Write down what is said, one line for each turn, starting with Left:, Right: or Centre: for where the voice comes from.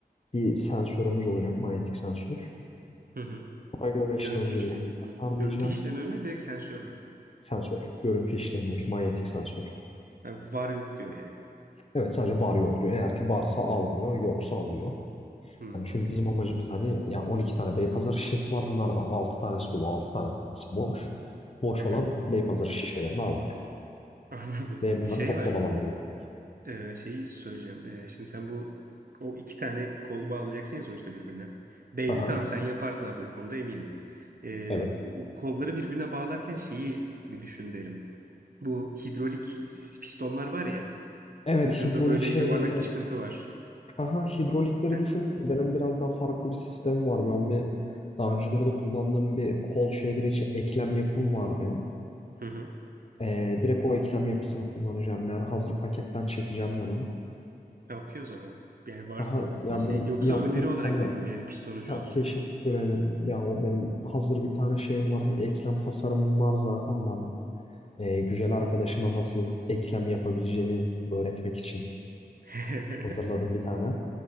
Left: bir sensörümüz olacak. Manyetik sensör.
Right: Hı hı.
Left: Buna göre işte
Right: Görüntü
Left: önce
Right: işle
Left: bir Huni tasarlayacağım.
Right: görüntü işleme mi direkt sensör mü?
Left: Sensör. Görüntü işlemiyoruz. Manyetik sensör.
Right: Ha, var yok diyor yani.
Left: Evet sadece var yok diyor. Eğer ki varsa almıyor, yoksa alıyor.
Right: Hı,
Left: Hani çünkü
Right: okey.
Left: bizim amacımız hani ya 12 tane Beypazarı şişesi var. Bunlardan 6 tanesi dolu, 6 tanesi boş. Boş
Right: Hı hı.
Left: olan Beypazarı şişelerini almak
Right: <laughs> Anladım.
Left: ve bunları
Right: Şey
Left: toplam
Right: var.
Left: alanına götürmek.
Right: Ee, şeyi söyleyeceğim. Ee, şimdi sen bu o iki tane kolu bağlayacaksın ya sonuçta birbirine. Beyzi
Left: Aha,
Right: tamam sen yaparsın abi o konuda eminim. Ee,
Left: evet.
Right: o kolları birbirine bağlarken şeyi bir düşün derim. Bu hidrolik s- pistonlar var ya.
Left: Evet,
Right: Ucunda
Left: hidrolik
Right: böyle
Left: şeylerini
Right: yuvarlak bir çıkıntı var.
Left: aha hidrolikleri
Right: He,
Left: düşündük de benim biraz daha farklı bir sistemim var. Ben bir daha önceleri de kullandığım bir kol şeyleri için eklem yapım var benim.
Right: Hı hı.
Left: Ee, direkt o eklem yapısını kullanacağım yani hazır paketten çekeceğim ben onu.
Right: Ya, Okey o zaman. Yani varsa
Left: Aha
Right: hazırda
Left: ya
Right: şey.
Left: benim
Right: Yoksa
Left: yaptığım
Right: öneri olarak
Left: bir tane
Right: dedim yani pistonucu
Left: Ha,
Right: olsun
Left: teşekkür
Right: diye.
Left: ederim. Ya o benim hazır bir tane şeyim var. Eklem tasarımım var zaten. Ben e, güzel arkadaşıma nasıl eklem yapabileceğini öğretmek için
Right: <laughs>
Left: hazırladım bir tane.